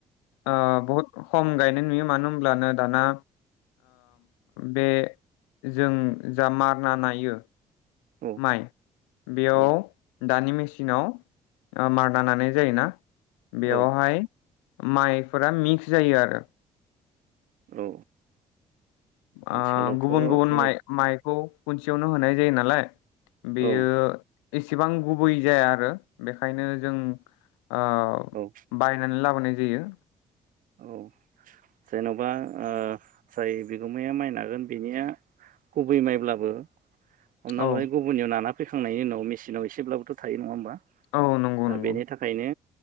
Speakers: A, on the left; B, on the right.
A: आ बहत खम गायनाय नुयो मानो होनोब्लानो दाना बे जों जा मारना नायो
B: औ
A: माइ बेयाव
B: औ
A: दानि मेसिनाव ओं मारना नानाय जायोना? बेवहाय
B: औ
A: माइफोरा मिक्स जायो आरो।
B: औ।
A: ओं
B: आथिखालावथ'
A: गुबुन
B: औ
A: गुबुन माइ-माइखौ खनसेयावनो होनाय जायो नालाय। बेयो
B: औ
A: एसे इसेबां गुबै जाया आरो बेखायनो जों ओं
B: औ
A: बायनानै लाबोनाय जायो
B: औ जेन'बा ओं जाय बिगोमाया माइ नागोन बिनिया गुबै माइब्लाबो हमना
A: औ
B: लाबाय गुबुननियाव नाना फैखांनायनि उनाव मेसिनाव एसेब्लाबोथ' थायो नङा होमबा?
A: औ नंगौ
B: दा
A: नंगौ
B: बेनि थाखायनो।